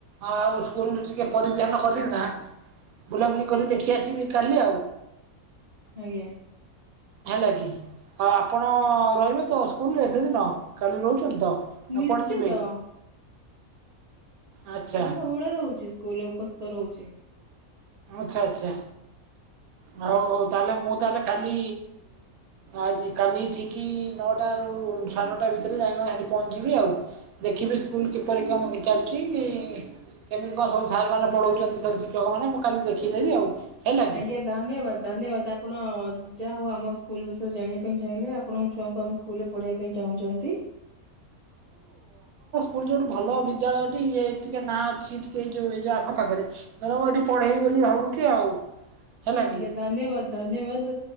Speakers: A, on the right (about 80°); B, on the right (about 50°).
A: ଆଉ ସ୍କୁଲ ଟିକେ ପରିଧ୍ୟାନ କରିଇ ନା ବୁଲାବୁଲି କରି ଦେଖି ଆସିବି କାଲି ଆଉ।
B: ଆଜ୍ଞା।
A: ହେଲା କି ଆଉ ଆପଣ ରହିବେ ତ ସ୍କୁଲରେ ସେଦିନ କାଲି ରହୁଛନ୍ତି ତ? ନା
B: ନିଶ୍ଚିତ।
A: କୁଆଡ଼େ ଯିବେ ଆଚ୍ଛା
B: ମୁଁ ସବୁବେଳେ ରହୁଛି ସ୍କୁଲରେ ଉପସ୍ଥିତ ରହୁଛି।
A: ଆଛା ଆଚ୍ଛା। ହଉ ହଉ ତାହଲେ ମୁଁ ତାହେଲେ କାଲି ଆଜି କାଲି ଠିକ ନଅଟ ର ଆଉ ସାଢେ ନଅଟା ଭିତରେ ଯାଇକ ସେଠି ପହଞ୍ଚିବି ଆଉ। ଦେଖିବି ସ୍କୁଲ କିପରି କଣ ଚାଲିଛି ଇ କେମିତି କଣ ସବୁ ସାରମାନୋ ପଢ଼ାଉଛନ୍ତି ସବୁ ଶିକ୍ଷକମାନେ ମୁଁ କାଲି ଦେଖିଦେବି ଆଉ ହେଲା କି?
B: ଆଜ୍ଞା ଧନ୍ୟବାଦ ଧନ୍ୟବାଦ ଆପଣ ଯାହା ହଉ ଆମ ସ୍କୁଲ ବିଷୟରେ ଜାଣିବା ପାଇଁ ଚାହିଁଲେ ଆପଣଙ୍କ ଛୁଆଙ୍କୁ ଆମ ସ୍କୁଲ ରେ ପଢେଇବା ପାଇଁ ଚାହୁଁଛନ୍ତି।
A: ପୁଣି ଯୋଉଠି ଭଲ ବିଦ୍ୟାଳୟ ଟିକେ ନାଁ ଅଛି ଟିକେ ଏଉ ଯୋଉ ଆଖ ପାଖରେ ଧର ମୁଁ ଏଠିଢେଇବିଲି ଭାବୁଛି ଆଉ। ହେଲା
B: ଆଜ୍ଞା
A: କି
B: ଧନ୍ୟବାଦ ଧନ୍ୟବାଦ